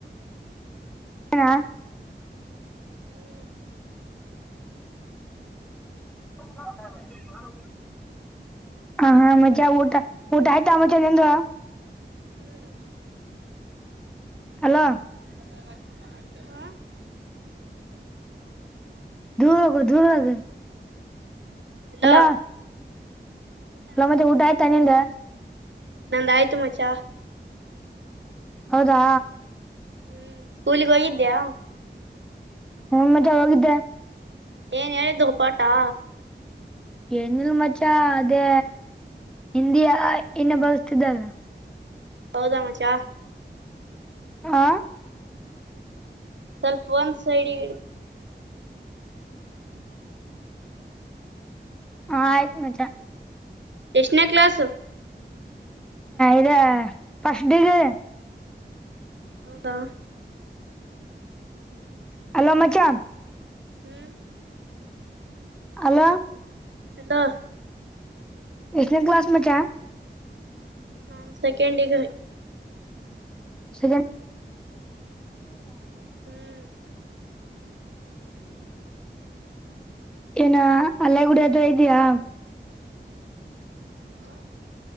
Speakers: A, in the centre; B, on the right.
A: ಹನಾ
B: ಹ್ಮ್
A: ಖಡಗ ಹ ಹಾ ಮ್ಜಾ ಊಟ ಊಟ ಆಯ್ತಾ ಮಜೆ ನಿಂದು
B: ಹ್ರ
A: ಅಲೋ
B: ಹ
A: ತೂಗ ದುಗ
B: ಅಲೋ
A: ಹಲೋ ಎ ಮತ್ತೆ ಊಟ ಆಯ್ತಾ ನಿಂದ
B: ನಂದ ಆಯ್ತು ಮಚಾ
A: ಹೌದಾ
B: ಹ್ಮ್ ಸ್ಕೂಲಿಗೆ ಹೋಗಿದ್ದ್ಯಾ
A: ಹ್ಮ ಮಜೆ ಹೋಗಿದ್ದೆ
B: ಏನ್ ಹೇಳಿದ್ದು ಪಾಟಾ
A: ಏನಿಲ್ ಮಚ ಅದೇ ಹಿಂದಿಯ ಇನ್ನ ಬಾವಿಸತಿದ್ದಾವ
B: ಹೌದಾಮಚಾ
A: ಹಾ
B: ಸ್ವಲ್ಪ ಒಂದ್ ಸೈಡ್ಗೆ ಇಡ
A: ಹಾ ಆಯ್ತು ಮಜಾ
B: ಎಷ್ಟನೇ ಕ್ಲಸ್
A: ಇದು ಫಸ್ಟ್ ಡಿಗ್ರಿ
B: ಹೌದಾ
A: ಹಲೋ ಮಚಾ
B: ಹ್ಮ್
A: ಅಲ
B: ಎಲ್ಲಾ
A: ಎಷ್ಟನ ಕ್ಲಾಸ್ ಮ ಕ
B: ಹ ಸೆಕೆಂಡಗ
A: ಗ
B: ಹ್ಮ್
A: ಏನ ಅಲ್ಲೆ ಗುಡಿ ಅದ ಇದಯಾ
B: ಹ್ಮ